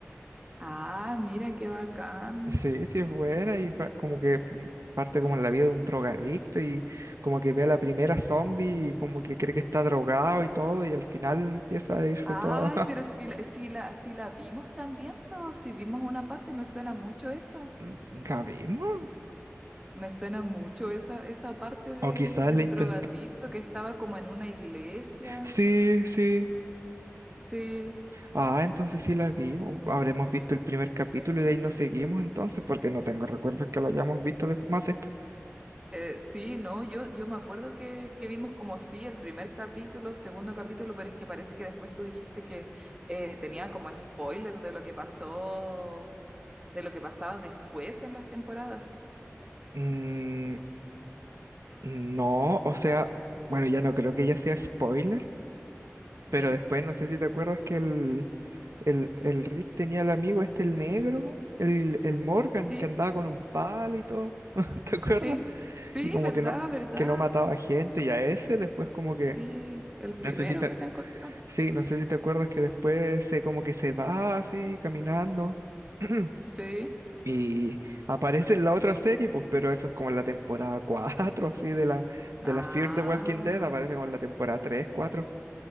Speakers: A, on the right; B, on the right.
A: Ah, mira qué bacán.
B: Sí, sí es buena y pa- como que mm, parte como en la vida de un drogadicto y como que ve a la primera zombie y como que cree que está drogado y todo y al final empieza a irse
A: Ay,
B: todo.
A: pero si la, si la, si la vimos también, pues, si vimos una parte, me suena mucho eso.
B: <laughs> ¿La vimos?
A: Me suena mucho esa, esa parte de,
B: O quizás
A: del
B: la intentó.
A: drogadicto que estaba como en una iglesia.
B: Sí, sí.
A: Sí.
B: Ah, entonces sí la vimos. Habremos visto el primer capítulo y de ahí nos seguimos entonces porque no tengo recuerdos que la hayamos visto de- más después.
A: Eh, sí, no, yo, yo me acuerdo que, que vimos como sí el primer capítulo, segundo capítulo, pero es que parece que después tú dijiste que eh, tenía como spoiler de lo que pasó, de lo que pasaba después en las temporadas.
B: Mm, no, o sea, bueno, ya no creo que ya sea spoiler.
A: Ya.
B: Pero después, no sé si te acuerdas que el, el, el Rick tenía al amigo este, el negro, el, el Morgan,
A: Sí,
B: que andaba con un palo y todo. <laughs> ¿Te acuerdas?
A: sí, sí,
B: Y como
A: verdad,
B: que no,
A: verdad.
B: que no mataba gente y a ese después como
A: Sí,
B: que,
A: el primero
B: no sé si te,
A: que se encontró.
B: sí, no sé si te acuerdas que después se como que se va así caminando <clears throat>
A: Sí.
B: y aparece en la otra serie, pues, pero eso es como en la temporada 4 así de la, de
A: Ah,
B: la Fear the Walking Dead, aparece como en la temporada 3 cuatro